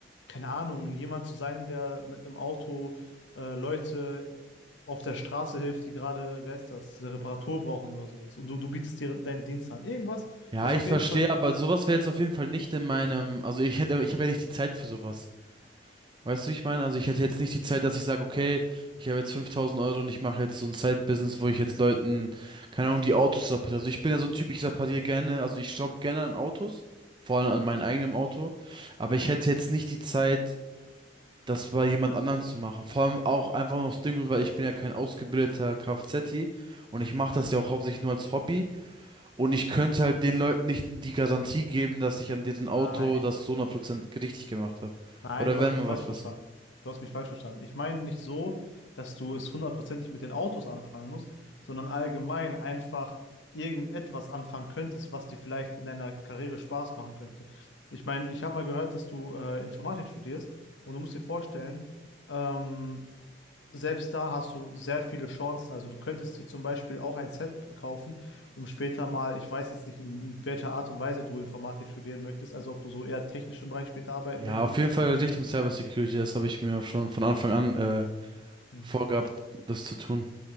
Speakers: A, on the left (about 85°); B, on the right (about 25°).
A: keine Ahnung, jemand zu sein, der mit einem Auto äh, Leute auf der Straße hilft, die gerade, wer ist das, eine Reparatur brauchen oder sowas. Und du, du bietest dir deine Dienste an. Irgendwas,
B: Ja,
A: was
B: ich
A: auf
B: verstehe,
A: jeden Fall.
B: aber sowas wäre jetzt auf jeden Fall nicht in meinem, also ich hätte, ich habe ja nicht die Zeit für sowas. Weißt du, wie ich meine? Also ich hätte jetzt nicht die Zeit, dass ich sage, okay, ich habe jetzt 5000 Euro und ich mache jetzt so ein Side-Business, wo ich jetzt Leuten, keine Ahnung, die Autos repariere. Also ich bin ja so ein Typ, ich repariere gerne, also ich schraube gerne an Autos, vor allem an meinem eigenen Auto, aber ich hätte jetzt nicht die Zeit, das bei jemand anderem zu machen. Vor allem auch einfach noch das Ding Grund, weil ich bin ja kein ausgebildeter Kfz-Ti und ich mache das ja auch hauptsächlich nur als Hobby und ich könnte halt den Leuten nicht die Garantie geben, dass ich an diesem
A: Nein.
B: Auto das so hundert Prozent richtig gemacht habe.
A: Nein,
B: Oder
A: du
B: wenn
A: hast mich
B: mal
A: falsch
B: was passiert.
A: verstanden. Du hast mich falsch verstanden. Ich meine nicht so, dass du es hundertprozentig mit den Autos anfangen musst, sondern allgemein einfach irgendetwas anfangen könntest, was dir vielleicht in deiner Karriere Spaß machen könnte. Ich meine, ich habe mal gehört, dass du äh, Informatik studierst und du musst dir vorstellen, ähm, selbst da hast du sehr viele Chancen. Also du könntest dir zum Beispiel auch ein Set kaufen, um später mal, ich weiß jetzt nicht, in welcher Art und Weise du Informatik studieren möchtest, also ob du so eher technischen Bereich später arbeiten
B: Ja,
A: möchtest
B: auf jeden Fall Richtung Cybersecurity, das habe ich mir schon von Anfang an äh,
A: Ja.
B: vorgehabt, das zu tun.